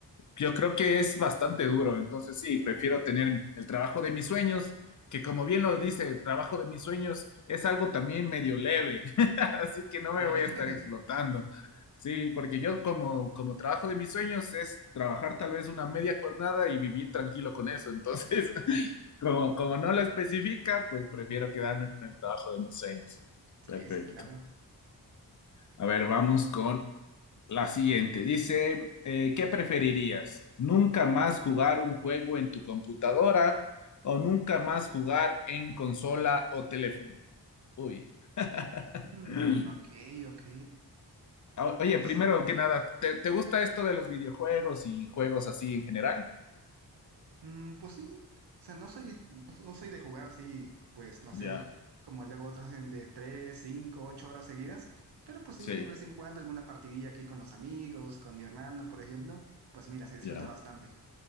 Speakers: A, on the left; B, on the right.
A: yo creo que es bastante duro. Entonces, sí, prefiero tener el trabajo de mis sueños, que como bien lo dice, el trabajo de mis sueños es algo también medio leve, <laughs> así que no me
B: <laughs>
A: voy a estar explotando. Sí, porque yo como, como trabajo de mis sueños es trabajar tal vez una media jornada y vivir tranquilo con eso. Entonces, <laughs> Como, como no lo especifica, pues prefiero quedarme con el trabajo de mis sueños.
B: sí,
A: Perfecto.
B: sí, claro.
A: A ver, vamos con la siguiente. Dice, eh, ¿qué preferirías? ¿Nunca más jugar un juego en tu computadora o nunca más jugar en consola o teléfono? Uy.
B: Mm,
A: <clears throat> Uy.
B: ok, ok.
A: O- Oye,
B: Pues
A: primero
B: a ver.
A: que nada, ¿te, te gusta esto de los videojuegos y juegos así en general?
B: Mm, pues sí. O sea, no soy, <laughs> no, no soy de jugar así, pues no
A: Ya,
B: sé, como luego otros hacen de 3, 5, 8 horas seguidas. Pero pues
A: sí,
B: sí, de vez en cuando alguna partidilla aquí con los amigos, con mi hermano, por ejemplo. Pues mira, se disfruta
A: ya,
B: bastante.